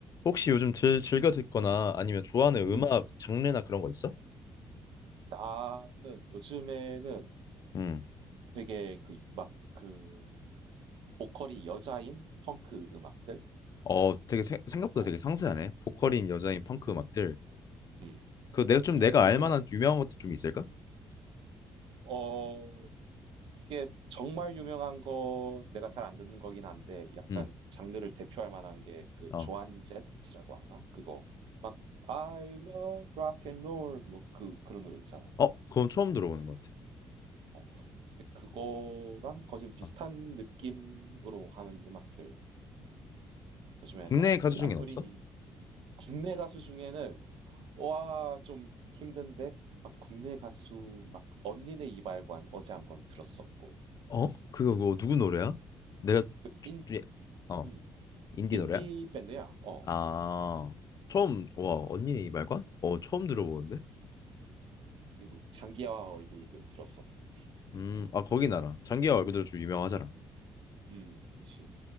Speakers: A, on the left (about 35°); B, on the right (about 55°).
A: 혹시 요즘 즐, 즐겨 듣거나
B: 음.
A: 아니면 좋아하는
B: 음.
A: 음악 장르나 그런 거 있어?
B: 음. 나는 요즘에는 음.
A: 음.
B: 되게 그, 막, 그, 보컬이 여자인 펑크 음악들?
A: 어, 되게 세- 생각보다
B: 어,
A: 되게 상세하네. 보컬인 여자인
B: 음.
A: 펑크 음악들.
B: 음.
A: 그 내가 좀
B: 이게
A: 내가
B: 보면은,
A: 알 만한 유명한 것들 좀 있을까?
B: 어, 이게 정말 유명한 거, 내가 잘 안 듣는 거긴 한데, 약간
A: 음.
B: 장르를 대표할 만한 게 그
A: 어.
B: 조안jet이라고 하나? 그거. 막, I love rock and roll. 뭐, 그, 그런 노래 있잖아.
A: 어, 그건 처음 들어보는 것 같아.
B: 어, 그거랑 거진 비슷한
A: 어.
B: 느낌으로 하는 음악들. 요즘에
A: 국내
B: 막
A: 가수
B: 람브리니
A: 중엔 없어?
B: 국내 가수 중에는 와, 좀 힘든데 막 국내 가수 막 언니네 이발관 어제 한번 들었었고
A: 어? 그거 그거 누구 노래야? 내가 좀,
B: 그 인,
A: 좀 예- 어,
B: 음,
A: 인디
B: 인디
A: 노래야?
B: 밴드야. 어.
A: 아. 처음 와, 언니 이 말관? 어, 처음 들어보는데.
B: 음. 그리고 장기하 얼굴들 들었었고.
A: 음. 아, 거기 나라. 장기하 얼굴들 좀 유명하잖아.
B: 음, 그치.